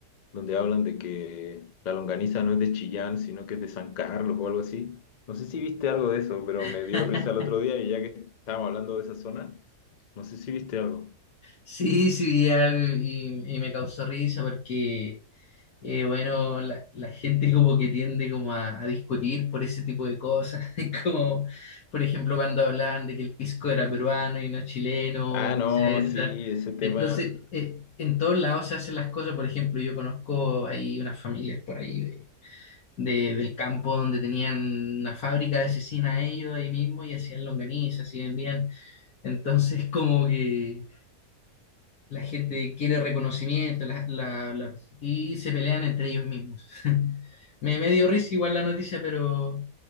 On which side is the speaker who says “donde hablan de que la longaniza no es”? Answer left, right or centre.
Left